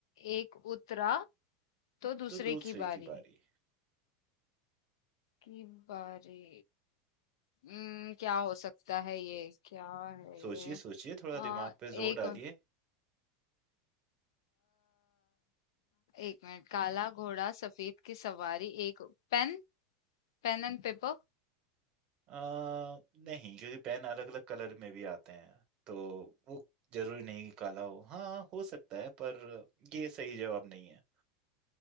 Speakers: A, on the left (about 80°); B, on the right (about 40°).
A: एक उतरा तो दूसरे
B: तो दूसरे
A: की बारी
B: की बारी
A: की बारी हम्म, क्या हो सकता है ये क्या है
B: सोचिए
A: ये
B: सोचिए थोड़ा
A: आ,
B: दिमाग पे
A: एक
B: जोर डालिए
A: आ, एक मिनट काला घोड़ा सफेद की सवारी एक पेन पेन एंड पेपर
B: आ, नहीं क्योंकि पेन अलग अलग कलर में भी आते हैं तो वो जरूरी नहीं कि काला हो हाँ हो सकता है पर ये सही जवाब नहीं है